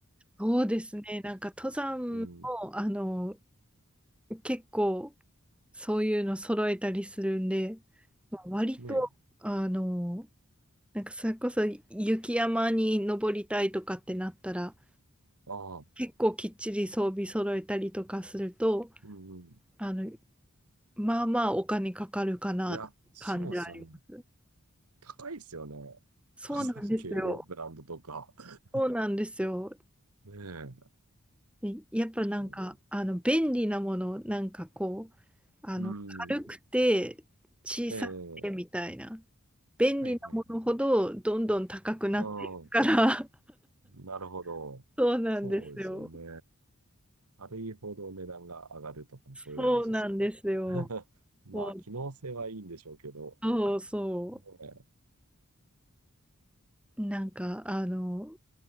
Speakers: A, in the centre; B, on the right.
A: そうですね。なんか登山も、
B: うん。
A: あの、結構そういうの揃えたりするんで、まあ割と、
B: ねえ。
A: あの、なんかそれこそ雪山に登りたいとかってなったら、
B: ああ、
A: 結構きっちり装備揃えたりとかすると、
B: うんうん。
A: あの、まあまあお金かかるかな、
B: いや、そうですよね。
A: 感じはあります。
B: 高いですよね。
A: そうなんですよ。
B: 登山系のブランドとか。<laughs>
A: そうなんですよ。
B: ねえ。
A: いやっぱなんか、
B: うん。
A: あの、便利なもの、なんかこう、あの、
B: うん
A: 軽くて小さくてみたいな。
B: ええ。
A: 便利なものほどどんどん高くなっていくから。
B: はいはいはい。うん。なるほど。
A: <laughs> そうなんですよ。
B: そうですよね。軽いほど値段が上がるとか、そういう話ですよね。
A: そうなんですよ。
B: <laughs> まあ、
A: もう、
B: 機能性はいいんでしょうけど。
A: そうそ
B: ね
A: う。なんか、あの、